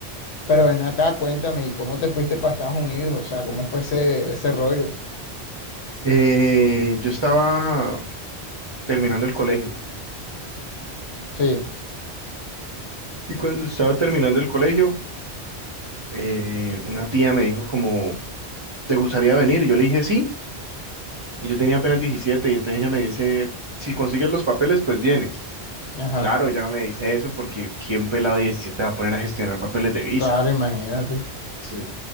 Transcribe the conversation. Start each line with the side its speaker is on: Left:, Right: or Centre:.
Left: Pero ven acá, cuéntame, ¿y cómo te fuiste para Estados Unidos? O sea, ¿cómo fue ese, ese rollo?
Right: Eh, yo estaba terminando el colegio
Left: Sí,
Right: y cuando estaba terminando el colegio, eh, una tía me dijo como, ¿te gustaría venir? Y yo le dije sí, y yo tenía apenas 17 y entonces ella me dice, si consigues los papeles, pues vienes.
Left: ajá,
Right: Claro, ella me dice eso porque ¿quién pelado de 17 va a poner a gestionar papeles de visa?
Left: claro, imagínate.
Right: Sí.